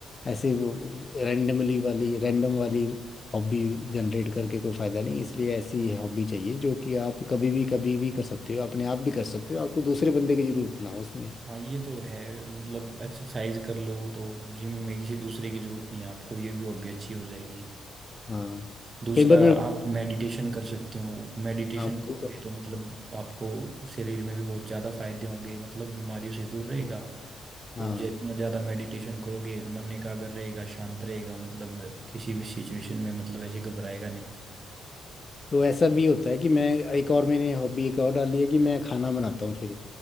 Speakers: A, on the left; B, on the right.
A: ऐसे रैंडमली वाली रैंडम वाली हॉबी जनरेट करके कोई फायदा नहीं इसलिए ऐसी हॉबी चाहिए जो कि आप कभी भी कभी भी कर सकते हो अपने आप भी कर सकते हो आपको दूसरे बंदे की जरूरत ना हो उसमें
B: हाँ ये तो है मतलब एक्सरसाइज कर लो वो तो जिम में किसी दूसरे की जरूरत नहीं है आपको ये भी हॉबी अच्छी हो जाएगी
A: हाँ
B: दूसरा
A: कई बार मेरे
B: आप
A: को
B: मेडिटेशन कर सकते हो मेडिटेशन
A: हाँ वो
B: करोगे
A: कर सकते
B: तो मतलब
A: हैं
B: आपको शरीर में भी बहुत ज़्यादा फायदे होंगे मतलब बीमारियों से दूर रहेगा
A: हाँ
B: और जितना ज़्यादा मेडिटेशन करोगे मन एकाग्र रहेगा शांत रहेगा मतलब किसी भी सिचुएशन में मतलब ऐसे घबराएगा नहीं
A: तो ऐसा भी होता है कि मैं एक और मैंने हॉबी एक और डाली है कि मैं खाना बनाता हूँ फिर